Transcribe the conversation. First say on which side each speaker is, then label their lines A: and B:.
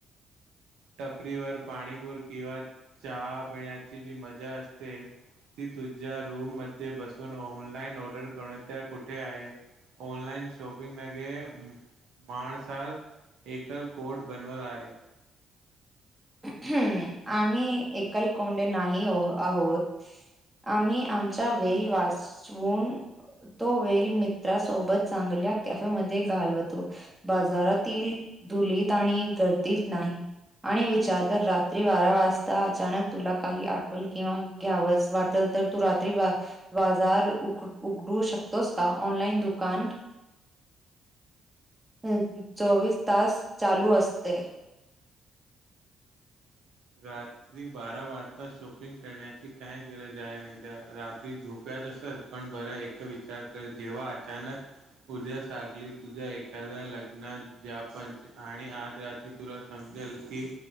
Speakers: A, on the right; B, on the right.
A: टपरीवर पाणीपूर, किंवा चहा पिण्याची, जी मजा असते ती तुझ्या रूम मध्ये बसून ऑनलाइन ऑर्डर करण्यात त्या कुठे आहे? ऑनलाईन शॉपिंग लगे माणसाल एकल कोट बनवल आहे.
B: हम्! आम्ही एकल कोंडे नाही आहोत. आम्ही आमचा वेल वाचवून तो वेल मित्रासोबत चांगल्या कॅफेमध्ये घालवतो बाजारातील ुलीत आणि गर्दीत नाही आणि विचार कर रात्री बारा वाजता अचानक तुला काही आठवल किंवा घ्याव वाटल तर तू रात्री बा बाजार उ उघडू शकतोस का ऑनलाईन दुकान अ चोवीस तास चालू असते
A: गात क्री बारा वाजता शॉपिंग करण्याची काय गरज आहे नाही द्या रात्री झोप्यात असत पण बर एक विचार कर जेव्हा अचानक उद्या सागली तुझ्या एखाद्या लग्नात ज्या पंच आणि आज रात्री तुला समजेल की